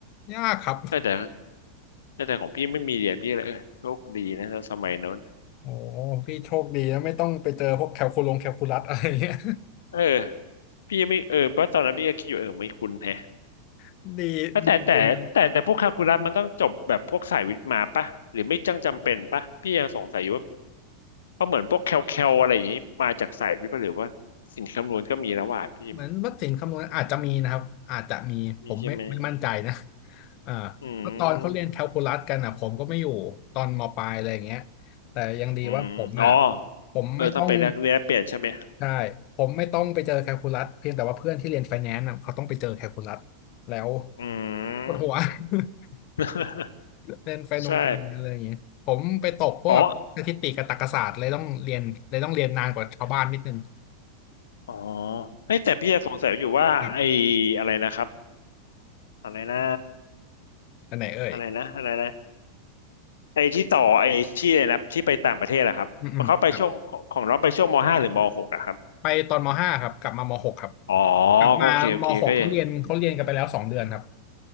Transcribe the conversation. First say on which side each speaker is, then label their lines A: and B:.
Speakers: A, on the left; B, on the left.
A: ยากครับ
B: แต่แต่แต่ของพี่ไม่มีเรียนพี่เลยเออโชคดีนะสมัยโน้น
A: โอ้พี่โชคดีนะไม่ต้องไปเจอพวกแคลคูลงแคลคูลัสอะไรเงี้ย
B: เออพี่ไม่เออเพราะตอนนั้นพี่ก็คิดอยู่เออไม่คุ้นแฮะ
A: <laughs> ดีมีบุญ
B: แต่แต่แต่แต่แต่พวกคาลคูลัสมันต้องจบแบบพวกสายวิทย์มาปะหรือไม่จังจำเป็นปะพี่ยังสงสัยอยู่ว่าเพราะเหมือนพวกแคลแคลอะไรอย่างนี้มาจากสายวิทย์ปะหรือว่าสิ่งคำนวณก็มีแล้วว่ะพี่
A: เหมือนวัดสิงห์คำนวณอาจจะมีนะครับอาจจะมีผมไม่ไม่มั่นใจนะ
B: มีใช่ไหม
A: อ่าเพราะตอนเขาเรียนแคลคูลัสกันอ่ะผมก็ไม่อยู่ตอนมปลายอะไรอย่างเงี้ย
B: อืม
A: แต่ยังดีว่าผมอ่ะ
B: อืมอ๋อ
A: ผมไม่ต้อง
B: เออต้องไปแลกแลกเปลี่ยนใช่ไหม
A: ใช่ผมไม่ต้องไปเจอแคลคูลัสเพียงแต่ว่าเพื่อนที่เรียนไฟแนนซ์อ่ะเขาต้องไปเจอแคลคูลัสแล้ว
B: อื
A: ปวดหัว
B: ม
A: <laughs>
B: <laughs>
A: เรียนไฟนงไฟแนนซ์อะไรอย่างเงี้ยผมไปตกพวกสถิติกับตรรกศาสตร์เลยต้องเรียนเลยต้องเรียนนานกว่าชาวบ้านนิดนึง
B: ใช่อ๋ออ๋อเฮ้ยแต่พี่ยังสงสัยอยู่ว่าไอ้
A: ครับ
B: อะไรนะครับอะไรนะ
A: อันไหนเอ่ย
B: อะไรนะอะไรนะไอ้ที่ต่อไอ้ที่อะไรนะที่ไปต่างประเทศอะครับเขาไปช่วงของของน้องไปช่วงมห้าหรือมหกอะครับ
A: อืมอืม ไปตอนมห้าครับกลับมามหกครับ
B: อ๋อ
A: กลับมามหกเขาเรียนเขาเรียนกันไปแล้วสองเดือนครับ
B: ก็โอเคโอเคก็ยัง